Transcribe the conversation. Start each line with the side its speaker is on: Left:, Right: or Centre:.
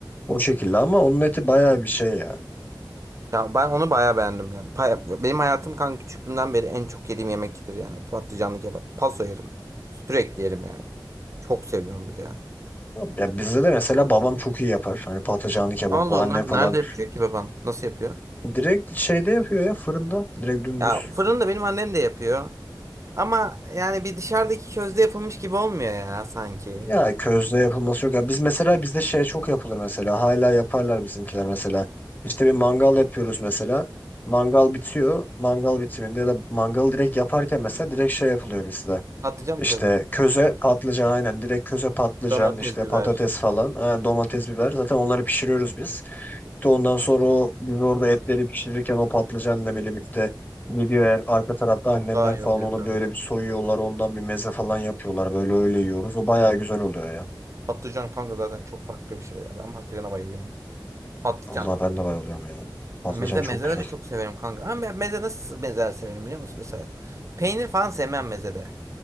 Left: O şekilde ama onun eti bayağı bir şey ya.
Right: Ya ben onu bayağı beğendim yani. Pa- Benim hayatım kanka küçüklüğümden beri en çok yediğim yemektir yani. Patlıcanlı kebap. Paso yerim. Sürekli yerim yani. Çok seviyorum bir de yani.
Left: Ya bizde de mesela babam çok iyi yapar. Hani patlıcanlı kebabı
Right: Allah
Left: annem
Right: Allah.
Left: falan
Right: Nerede yapıyor ki baban? Nasıl yapıyor?
Left: Direkt şeyde yapıyor ya fırında. Direkt dümdüz.
Right: Ya fırında benim annem de yapıyor. Ama yani bir dışarıdaki közde yapılmış gibi olmuyor ya sanki.
Left: Ya közde yapılması yok. Ya biz mesela bizde şey çok yapılır mesela. Hala yaparlar bizimkiler mesela. İşte bir mangal yapıyoruz mesela. Mangal bitiyor. Mangal bitiminde ya da mangalı direkt yaparken mesela direkt şey yapılıyor bizde.
Right: Patlıcan
Left: İşte
Right: mı közde?
Left: köze patlıcan aynen direkt köze patlıcan
Right: Domates,
Left: işte
Right: biber.
Left: patates falan aynen domates biber zaten onları pişiriyoruz biz. De Ondan sonra o biz orada etleri pişirirken o patlıcanla birlikte gidiyor eğer arka tarafta annemler
Right: Çok daha iyi
Left: falan
Right: oluyor
Left: onu
Right: tabii
Left: böyle
Right: canım.
Left: bir soyuyorlar ondan bir meze falan yapıyorlar böyle öyle yiyoruz. O bayağı güzel oluyor ya.
Right: Patlıcan kanka zaten çok farklı bir şey ya. Ben patlıcana bayılıyorum. Patlıcan.
Left: Allah ben de bayılıyorum ya. Patlıcan
Right: Meze
Left: çok
Right: mezeleri
Left: güzel.
Right: çok severim kanka. Ama ben meze nasıl mezeler severim biliyor musun? Mesela peynir falan sevmem mezede.